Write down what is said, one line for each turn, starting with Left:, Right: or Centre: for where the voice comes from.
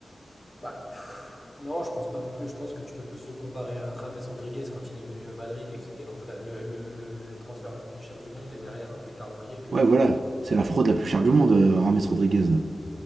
Left: bah, pff, non, je pense pas non plus. Je pense que tu peux plus le comparer à James Rodriguez quand il est venu à Madrid et que c'était l'entra- le, le le- le transfert le plus cher du monde et derrière un pétard mouillé que l'inverse,
Right: Ouais, voilà,
Left: quoi.
Right: c'est la fraude la plus chère du monde, euh, Rames Rodriguez. là.